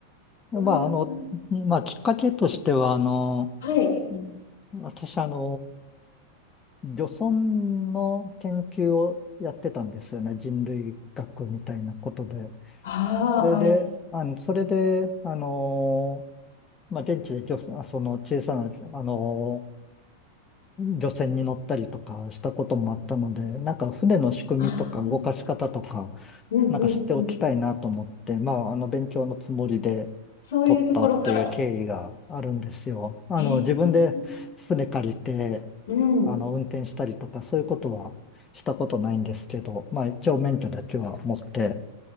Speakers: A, on the left; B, on the left.
A: うわー
B: え。まあ、あの、まあ、きっかけとしては、あの、
A: はい。
B: うん私、あの、漁村の研究をやってたんですよね。人類学みたいなことで。
A: ああ、
B: それで、
A: はい。
B: あの、それで、あの、まあ、現地で漁船、あその小さな、あの、漁船に乗ったりとかしたこともあったので、なんか船の仕組みとか動かし方とか、
A: ああ、うんうんうん。
B: なんか知っておきたいなと思って、まあ、あの、勉強のつもりで
A: そういうところから。
B: 取ったっていう経緯があるんですよ。あの、
A: えー
B: 自分で船借りて、
A: うん。
B: あの、運転したりとか、そういうことはしたことないんですけど、まあ、一応免許だけは持って、